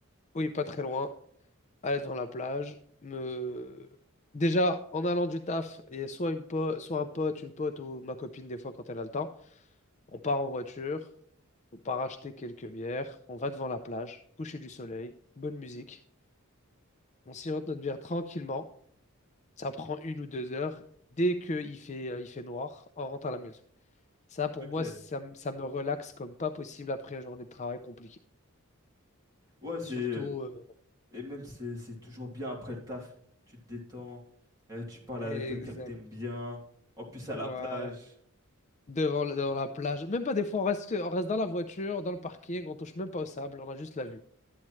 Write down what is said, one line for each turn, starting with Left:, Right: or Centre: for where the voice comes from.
Left: oui, pas très loin, aller devant la plage, me... Déjà, en allant du taf, il y a soit une po- soit un pote, une pote ou ma copine, des fois, quand elle a le temps, on part en voiture, on part acheter quelques bières, on va devant la plage, coucher du soleil, bonne musique, on sirote notre bière tranquillement, ça prend une ou deux heures, dès qu'il fait, euh, il fait noir, on rentre à la maison. Ça, pour
Right: Ok.
Left: moi, ça, me- ça me relaxe comme pas possible après une journée de travail compliquée.
Right: Ouais, c'est...
Left: Surtout, euh,
Right: Et même, c'est c'est toujours bien après le taf. Tu te détends, euh, tu parles
Left: exact.
Right: avec quelqu'un que t'aimes bien. En plus, à
Left: Voilà.
Right: la plage.
Left: Devant, le- devant la plage. Même pas des fois, on reste, on reste dans la voiture, dans le parking, on touche même pas au sable, on a juste la vue.